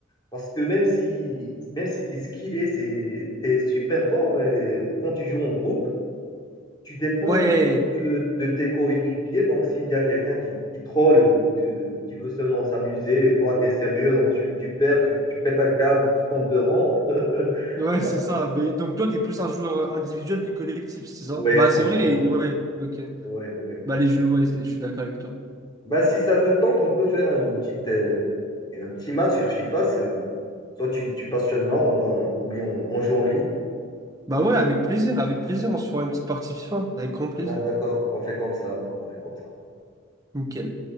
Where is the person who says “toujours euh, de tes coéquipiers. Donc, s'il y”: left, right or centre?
Left